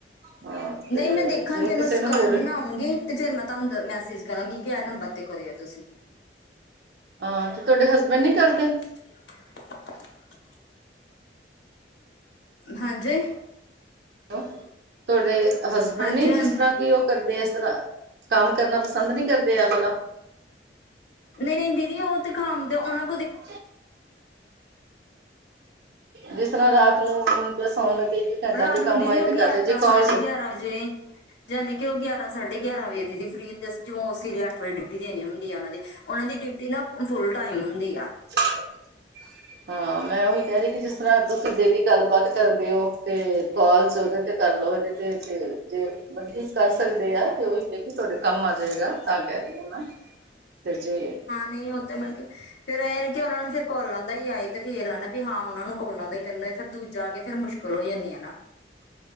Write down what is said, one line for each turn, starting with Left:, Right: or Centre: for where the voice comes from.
Right: ਹਾਂ ਤੇ
Left: ਨਈਂ ਮੈਂ ਦੇਖਾਂਗੀ
Right: ਜੇ
Left: ਏਨੂੰ
Right: ਕਿਸੇ
Left: ਸਕੱਲ
Right: ਨੂੰ ਹੋਰ
Left: ਬਨਾਉਂਗੀ ਤੇ ਫੇਰ ਮੈਂ ਤਾਨੂੰ ਮੈਸੇਜ ਕਰਾਂਗੀ ਕਿ, ਐ ਨੰਬਰ ਤੇ ਕਰੇਓ ਤੁਸੀਂ
Right: ਆਂ ਤੇ ਤੁਆਡੇ ਹਸਬੈਂਡ ਨੀ ਕਰਦੇ?
Left: <inaudible> ਹਾਂਜੀ?
Right: <inaudible> ਤੁਆਡੇ ਹਸਬੈਂਡ
Left: ਹਾਂਜੀ-ਹਾਂਜੀ,
Right: ਨੀਂ, ਜਿਸ ਤਰਾਂ ਕੀ ਓ ਕਰਦੇ ਏਸ ਤਰਾਂ ਕੰਮ ਕਰਨਾ ਪਸੰਦ ਨੀਂ ਕਰਦੇ ਐ ਵਾਲਾ?
Left: ਨਈਂ-ਨਈਂ ਦੀਦੀ ਓ ਤੇ ਕਾਮ ਤੇ ਓਨਾਂ
Right: <inaudible> ਜਿਸ ਤਰਾਂ ਰਾਤ ਨੂੰ ਮੈਨੁੰ ਕੋਈ ਸੌਨ ਲੱਗੇ ਘੰਟਾ
Left: ਰਾਤ
Right: ਜੇ ਕੰਮ
Left: ਨੂੰ ਦੀਦੀ
Right: ਆਏ
Left: ਓ
Right: ਤੇ ਕਰ
Left: ਗਿਆਰਾਂ
Right: ਲਏ ਜੇ ਕਾਲ
Left: ਸਾਢੇ ਗਿਆਰਾਂ ਵਜੇ ਜਾਨੀ ਕੀ ਓ ਗਿਆਰਾਂ ਸਾਢੇ ਗਿਆਰਾਂ ਵਜੇ ਦੀਦੀ ਫਰੀ ਹੁੰਦੀ ਜੋ ਸਵੇਰੇ ਅੱਠ ਵਜੇ ਡਿਊਟੀ ਦੇਨੀ ਹੁੰਦੀ ਆ ਓਨਾਂ ਦੇ ਓਨਾਂ ਦੀ ਡਿਊ ਟੀ ਨਾ ਫੁੱਲ ਟਾਈਮ ਹੁੰਦੀ ਆ।
Right: <inaudible> ਹਾਂ ਮੈਂ ਓਈ ਕੈ ਰਈ ਕੇ ਜਿਸ ਤਰਾਂ ਤੁਸੀਂ ਡੇਲੀ ਗੱਲਬਾਤ ਕਰਦੇ ਓਂ ਤੇ ਕੋਲਜ ਓਦੇ ਤੇ ਕਰ ਲਓ ਏਦੇ ਤੇ-ਤੇ ਜੇ ਮਤਲਬੀ ਕਰ ਸਕਦੇ ਆ ਤੇ ਓਹੀ ਦੇ ਕੇ ਤੁਆਡੇ ਕੰਮ ਆ ਜਾਏਗਾ ਤਾਂ ਕੈ ਰਈ ਆਂ ਮੈਂ, ਤੇ ਜੇ
Left: ਨਈਂ ਓ ਤੇ ਮੈਂ ਕਾ ਫੇਰ ਐਂਏ ਐ ਕੀ ਓਨਾ ਨੂੰ ਫਿਰ ਕੋਲਾਂ ਦਾ ਈ ਆਏ ਤੇ ਫੇਰ ਆ ਨਾ ਵੀ ਹਾਂ ਓਨਾਂ ਨੂੰ ਕੋਲਾਂ ਦਾ ਈ ਕੱਲਾ ਫਿਰ ਦੂਜਾ ਆ ਕੇ ਫਿਰ ਮੁਸ਼ਕਿਲ ਹੋ ਜਾਂਨੀ ਆ ਨਾ